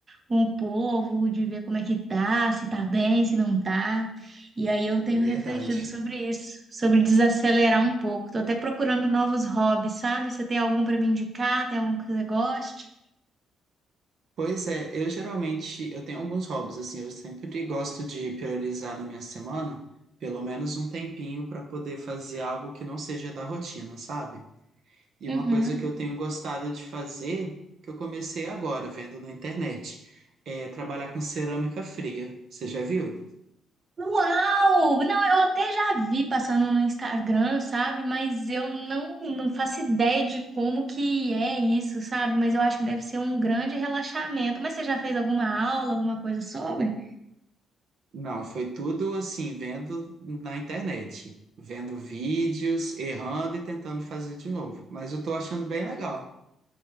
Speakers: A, on the right; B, on the right.
A: com o povo, de ver como é que tá, se tá bem, se não tá. E aí eu tenho
B: Verdade.
A: refletido sobre isso, sobre desacelerar um pouco. Tô até procurando novos hobbies, sabe? Você tem algum pra me indicar? Tem algum que você goste?
B: Pois é, eu geralmente eu tenho alguns hobbies assim, eu sempre gosto de priorizar na minha semana pelo menos um tempinho para poder fazer algo que não seja da rotina, sabe? E
A: Uhum.
B: uma coisa que eu tenho gostado de fazer, que eu comecei agora vendo na internet, é trabalhar com cerâmica fria. Você já viu?
A: Uau! Não, eu até já vi passando no Instagram, sabe? Mas eu não, não faço ideia de como que é isso, sabe? Mas eu acho que deve ser um grande relaxamento. Mas você já fez alguma aula, alguma coisa sobre?
B: Não, foi tudo assim, vendo na internet, vendo vídeos, errando e tentando fazer de novo. Mas eu tô achando bem legal.